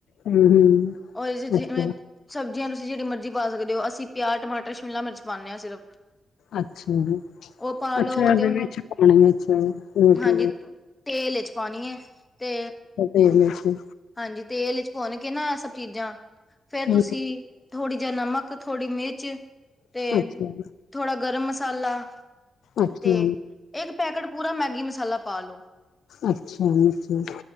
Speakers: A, on the left (about 80°); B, on the left (about 20°).
A: ਹੂੰ-ਹੂੰ
B: ਉਦੇ 'ਚ ਜਿਵੇਂ
A: ਅੱਛਾ,
B: ਸਬਜ਼ੀਆਂ ਤੁਸੀ ਜਿਹੜੀ ਮਰਜ਼ੀ ਪਾ ਸਕਦੇ ਓ ਅਸੀਂ ਪਿਆਜ਼, ਟਮਾਟਰ, ਸ਼ਿਮਲਾ ਮਿਰਚ ਪਾਨੇ ਆ ਸਿਰਫ।
A: ਅੱਛਾ ਜੀ।
B: ਓ ਪਾ ਲੋ
A: ਅੱਛਾ
B: 'ਤੇ
A: ਇਹਦੇ
B: ਉਨੂੰ,
A: ਵਿੱਚ ਪਾਣੀ ਵਿੱਚ ਰੋਟੀ
B: ਹਾਂਜੀ
A: ਦੇ
B: ਤੇਲ ਵਿੱਚ ਪਾਨੀ ਐ। 'ਤੇ
A: ਤੇਲ ਵਿੱਚ ਈ
B: ਹਾਂਜੀ ਤੇਲ ਵਿੱਚ ਭੁੰਨ ਕੇ ਨਾ ਐ ਸਭ ਚੀਜ਼ਾਂ ਫੇਰ ਤੁਸੀਂ
A: ਅੱਛਾ,
B: ਥੋੜੀ ਜੇਆ ਨਮਕ, ਥੋੜੀ ਮਿਰਚ 'ਤੇ
A: ਅੱਛਾ,
B: ਥੋੜਾ ਗਰਮ ਮਸਾਲਾ
A: ਅੱਛਾ, ਅੱਛਾ
B: 'ਤੇ
A: ਹੂੰ-ਹੂੰ
B: ਇੱਕ ਪੈਕੇਟ ਪੂਰਾ ਮੈਂਗੀ ਮਸਾਲਾ ਪਾ ਲੋ।
A: ਅੱਛਾ-ਅੱਛਾ।